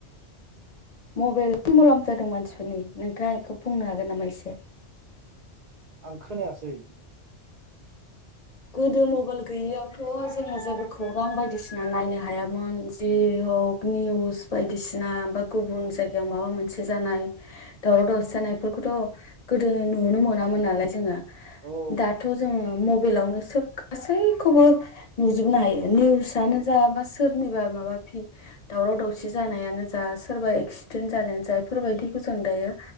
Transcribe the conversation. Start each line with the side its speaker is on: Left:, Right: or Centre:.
Left: मबाइल मुलाम्फा जादों मानसि फोरनि नोंथाङा बेखौ बुंनो हागोन नामा एसे?
Right: आं खोनायासै।
Left: गोदो मबाइल गैयै यावथ' जोङो जेबो खौरां बायदि सिना नायनो हायामोन जि हक निउस बायदि सिना बा गुबुन जायगायाव माबा मोनसे जानाय दावराव दावसि जानाय फोरखौथ' गोदो नुनो मोनामोन नालाय जोङो।
Right: औ
Left: दाथ' मबाइलावनो सोब गासै खौबो नुजोबनो हायो निउसानो जा बा सोरनिबा माबा भि दावराव दावसि जानायानो जा सोरबा एक्सिडेन्ट जानायानो जा बेफोर बायदिखौ जों दायो